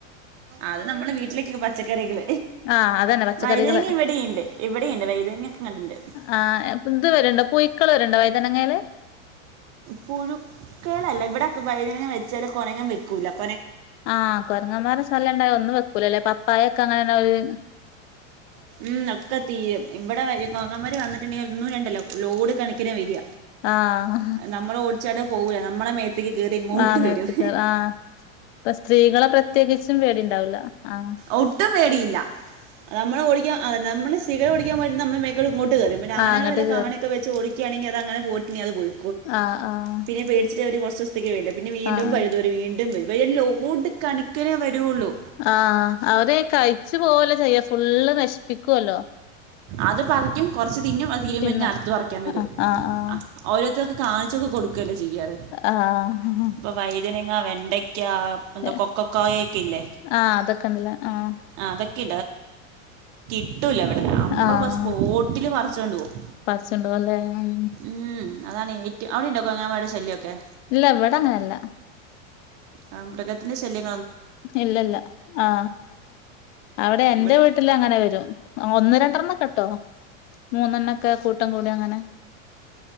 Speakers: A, on the right; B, on the left.
A: അത് നമ്മുടെ വീട്ടിലേക്ക് പച്ചക്കറികൾ
B: ആ അതന്നെ പച്ചക്കറികൾ
A: വൈതനങ്ങ ഇവിടെയുണ്ട് ഇവിടെയുണ്ട് വൈതനങ്ങ ഒക്കെ കണ്ടിട്ടുണ്ട്
B: ആആ ഇത് വരുണ്ടോ, പുഴുക്കൾ വരുണ്ടോ വഴുതനങ്ങയിൽ?
A: പുഴുക്കളല്ല, ഇവിടെ വഴുതനങ്ങ വെച്ചാല് <unintelligible>
B: ആ കൊരങ്ങന്മാരെ സലം ഉണ്ടായ ഒന്നും വെക്കൂല്ലല്ലേ <inaudible> അങ്ങനെതന്നെയൊരു
A: ഉം ഒക്കെ തീരും ഇവിടെ വരും. കോങ്ങൻമാരു വന്നിട്ട് ഒന്ന് രണ്ടല്ല ലോഡ് കണക്കിനാ വരി.
B: ആഹ്
A: നമ്മള് ഓടിച്ചാടി പോകുവാണ്. നമ്മളെ മേത്ത് <unintelligible> അതിൽകയറി ഇങ്ങോട്ട്
B: ആഹ് മേത്ത്ക്ക്
A: വരുും
B: ആഹ് ഇപ്പൊ സ്ത്രീകളെ പ്രത്യേകിച്ചും പേടിയുണ്ടാവില്ല, ആ
A: ഒട്ടും പേടിയില്ല നമ്മൾ ഓടിക്കാൻ അതെ നമ്മള് സ്ഥിരം ഓടിക്കാൻ പോയിട്ട് നമ്മുടെ മേക്കിട്ട് ഇങ്ങോട്ടു കേറും. പിന്നെ
B: ആഹ്
A: ആണുങ്ങൾ
B: അങ്ങട്ട്
A: വല്ല
B: കേറും
A: കവണയൊക്കെ വെച്ച് <unintelligible> അങ്ങനെ പോട്ടി അ പോയി
B: ആഹ് ആഹ്
A: പിന്നെ പേടിച്ചിട്ട് അവര് കുറച്ച് ദിവസത്തേക്ക് വരില്ല. പിന്നെ വീണ്ടും
B: ആഹ്
A: വരുന്നവര് വീണ്ടും വരും. വരുമൊരു ലോഡ് കണക്കിനെ വരുള്ളൂ.
B: ആഅവരെ കഴിച്ചു പോലെ ചെയ്യത്തുള്ളു ഫുള്ള്. <unintelligible> പിക്കുവല്ലോ
A: അത് പറിക്കും കൊറച്ച് തിന്നും അത് തീരുമ്പഴ്ത്തേനു
B: തിന്നും
A: അടുത്തത് പറിയ്ക്കാൻ പരും
B: ആഹ് ആഹ്
A: ആ ഓരോ ഇതൊക്കെ കാഴ്ചക്ക് കൊടുക്കയല്ലേ ചെയ്യാർ
B: ആഹ്
A: ഇപ്പൊ വഴുതനങ്ങ വെണ്ടക്ക എന്താ
B: ആഹ്
A: കൊക്കക്കായയൊക്കെയില്ലേ
B: ആഹ് അതൊക്കെ ഉണ്ടല്ലേ ആഹ്
A: അതൊക്കെ <unintelligible> കിട്ടൂല്ല അവിടെ അപ്പൊ
B: ആഹ്
A: അ സ്പോട്ടില് പറിച്ചുകൊണ്ടുപോകും
B: പറിച്ചുണ്ടോവല്ലേ ഉം
A: ഉം അതാണ് ഏ അവിടെ ഉണ്ടോ കുരങ്ങന്മാരെ ശല്യൊക്കെ
B: ഇല്ല, ഇവിടങ്ങനെയല്ല
A: ആ മൃഗത്തിൻ്റെ ശല്യമൊക്കെ
B: ഇല്ലല്ല അ അവിടെയെന്റെ
A: ഇവിടെ
B: വീട്ടിൽ അങ്ങനെ വരും. ഒന്ന് രണ്ടെണ്ണക്കെട്ടോ മൂന്നെണ്ണമൊ ക്കെ കൂട്ടം കൂടി അങ്ങനെ